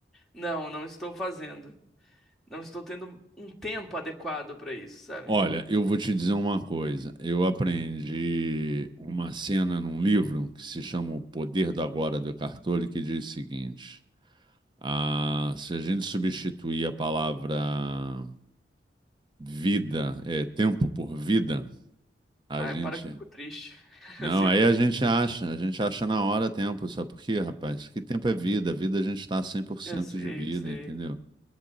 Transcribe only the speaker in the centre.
Não, não estou fazendo. Não estou tendo um tempo adequado pra isso, sabe?
Aí
para que eu fico triste. <laughs>
Assim
eu fico
triste.
Eu sei,
eu sei.